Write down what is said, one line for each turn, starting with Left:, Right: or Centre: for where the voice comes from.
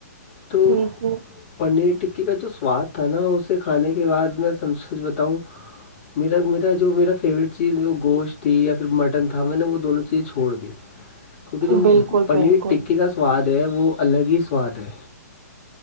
Left: تو
Right: جی جی
Left: پنیر ٹکی کا جو سواد تھا نا اسے کھانے یہ آج میں سم کچھ بتاؤں میرا میرا جو میرا فیوریٹ چیز وہ گوشت تھی یا پھر مٹن تھا میں نے وہ دونوں چیزیں چھوڑ دی کیونکہ ج
Right: بالکل
Left: پنیر
Right: بالکل
Left: ٹکے کا سواد ہے وہ الگ ہی سواد ہے